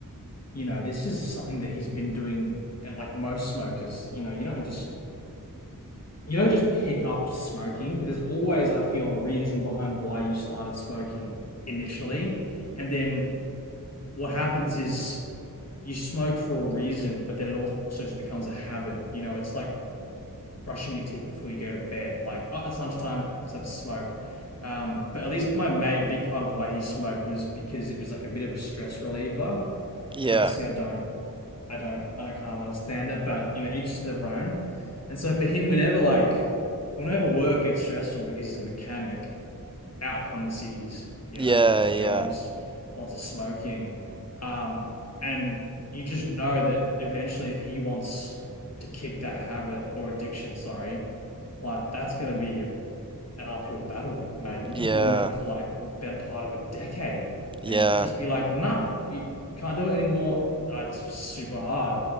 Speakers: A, on the left; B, on the right.
A: you know, this is something that he's been doing, and like most smokers, you know, you don't just you don't just pick up smoking. There's always, I feel, a reason behind why you started smoking initially, and then what happens is you smoke for a reason, but then it also just becomes a habit. You know, it's like brushing your teeth before you go to bed. Like, oh, it's lunchtime, let's have a smoke. Um, but at least my mate, a big part of why he smoked was because it was like a bit of a stress reliever.
B: Yeah,
A: Personally, I don't, I don't, I don't kind of understand that, but you know, each to their own. And so for him, whenever like, whenever work gets stressful because he's a mechanic, out come the ciggies, you
B: yeah,
A: know, lots of
B: yeah,
A: jobs, lots of smoking. Um, and you just know that eventually if he wants to kick that habit or addiction, sorry, like that's gonna be an uphill battle, mate. You've
B: yeah,
A: been doing that for like better part of a decade.
B: yeah,
A: And to just be like, nah, you, you can't do it anymore, uh, it's super hard,